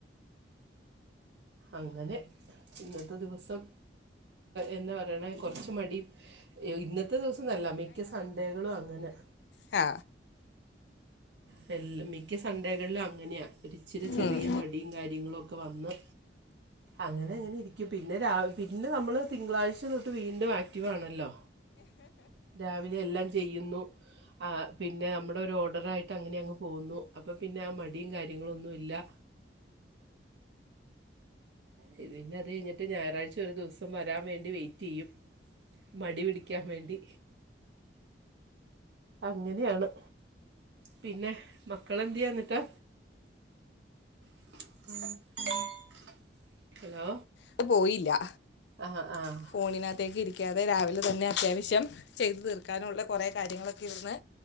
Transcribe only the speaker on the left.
ഹാ
ഉം
ന്ന് പോയില്ലാ
ഫോണിനത്തേക്ക് ഇരിക്കാതെ രാവിലെ തന്നെ അത്യാവിശ്യം ചെയ്ത് തീർക്കാനോണ്ട് കൊറെ കാര്യങ്ങളൊക്കെ ഇര്ന്ന്